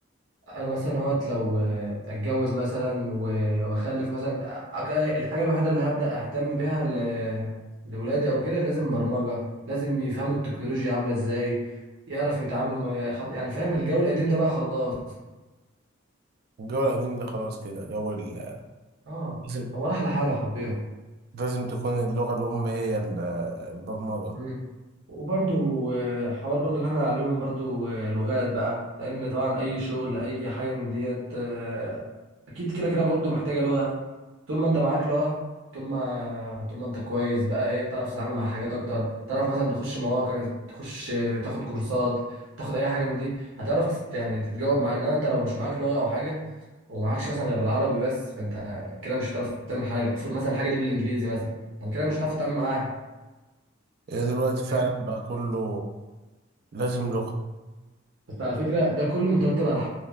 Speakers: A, on the right; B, on the right.
A: انا مثلا اهوت لو آه، اتجوز مثلا و- واخلف مثلا أك- الحاجه الوحيده اللي هبدا اهتم بيها ل- لولادي او كده لازم برمجه لازم يفهموا التكنولوجيا عامله ازاي يعرف يتعاملوا ما- خل- يعني فاهم الجو القديم ده بقى خلاص
B: الجو القديم ده خلاص كده جو ال-
A: اه
B: لازم
A: هو راح لحاله حرفيا
B: لازم تكون اللغة الأم هي ال- البرمجة
A: مم. وبرضو آه، حوار برضو ان احنا نعلمهم برضو آه، لغات بقى لان طبعا اي شغل اي حاجه من ديت آه، اكيد كده كده برضو محتاجه لغه طول ما انت معاك لغه طول ما طول ما انت كويس بقى ايه تعرف تتعامل مع حاجات اكتر تعرف مثلا تخش مواقع تخش آه، تاخد كورسات تاخد اي حاجه من دي هتعرف تست... يعني تتجاوب معاها انما انت لو مش معاك لغه او حاجه ومعكش مثلا غير العربي بس فانت كده مش هتعرف تعمل حاجه المفروض مثلا الحاجه دي بالانجليزي مثلا طب كده مش هتعرف تتعامل معاها
B: هي دلوقتي فعلا
A: فاهم
B: بقى كله لازم لغة
A: بس على فكرة ده كله مترتب على